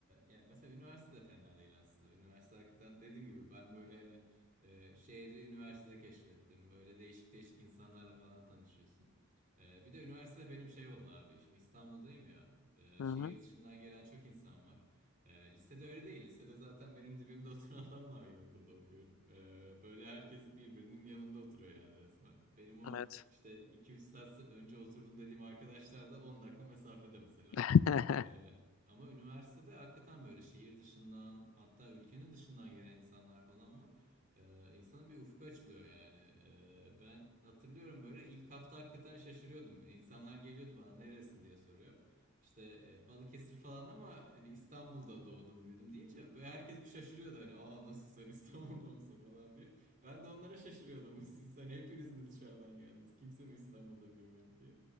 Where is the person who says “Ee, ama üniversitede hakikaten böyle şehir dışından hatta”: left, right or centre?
Right